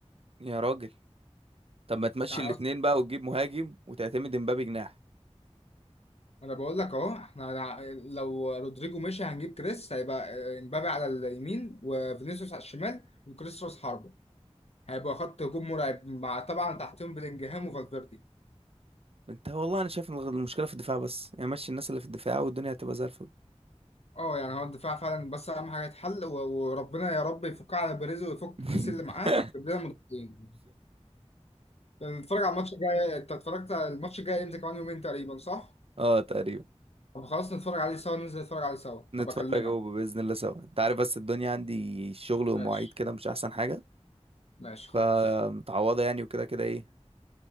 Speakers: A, on the right; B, on the left.
A: يا راجل طب ما تمشي
B: يعني
A: الاتنين
B: أص-
A: بقى وتجيب مهاجم وتعتمد امبابي جناح
B: انا بقول لك اهو احنا ع- لو رودريجو مشي هنجيب كريس هيبقى آه، امبابي على اليمين وفينيسيوس على الشمال وكريس راس حربة هيبقى خط هجوم مرعب مع طبعا تحتهم بلينجهام وفالفيردي
A: انت والله انا شايف ان المشكله في الدفاع بس يعني مشي الناس اللي في الدفاع والدنيا هتبقى زي الفل
B: اه يعني هو الدفاع فعلا بس اهم حاجه يتحل و- وربنا يا رب يفكها على بيريز ويفك
A: <laughs>
B: الكيس اللي معاه يجيب لنا مدافعين نتفرج على الماتش الجاي انت اتفرجت على الماتش الجاي امتى كمان يومين تقريبا صح؟
A: اه تقريبا
B: طب خلاص نتفرج عليه سوا ننزل نتفرج عليه سوا
A: نتفرج
B: هبقى اكلمك
A: هو باذن الله سوا انت عارف بس الدنيا عندي شغل ومواعيد
B: ماشي
A: كده مش احسن حاجه
B: ماشي خلاص
A: فمتعوضه يعني وكده كده ايه